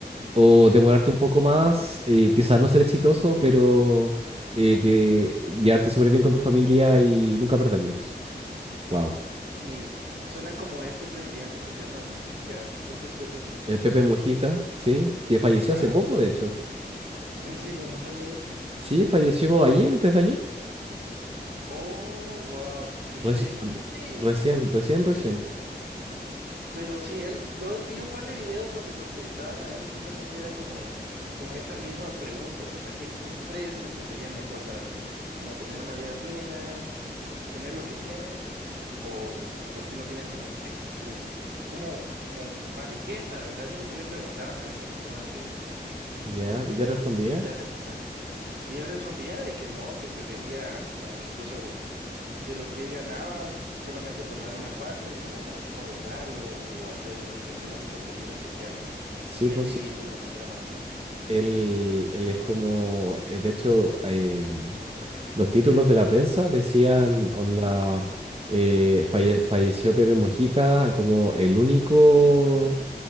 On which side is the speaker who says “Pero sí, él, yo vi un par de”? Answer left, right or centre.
Right